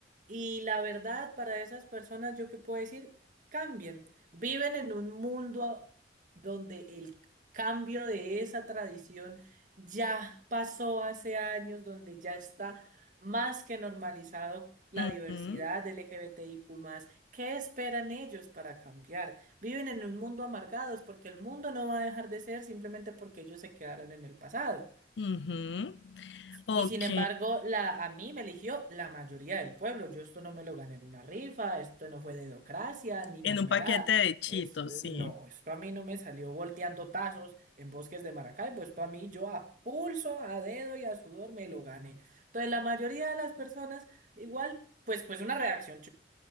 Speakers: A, on the right (about 45°); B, on the left (about 85°).
A: y la verdad, para esas personas, yo qué puedo decir, cambien. Viven en un mundo donde el cambio de esa tradición ya pasó hace años, donde ya está más que normalizado la
B: Ujú,
A: diversidad L G B T I Q más ¿Qué esperan ellos para cambiar? Viven en un mundo amargados porque el mundo no va a dejar de ser simplemente porque ellos se quedaron en el pasado.
B: ujú. Ok,
A: Y sin embargo, la, a mí me eligió la mayoría del pueblo. Yo esto no me lo gané en una rifa, esto no fue dedocracia ni
B: en
A: mermelada.
B: un paquete de chitos,
A: Es, eh,
B: sí.
A: no, esto a mí no me salió volteando tazos en bosques de Maracaibo. Esto a mí yo a pulso, a dedo y a sudor me lo gané. Entonces, la mayoría de las personas, igual, pues, pues una reacción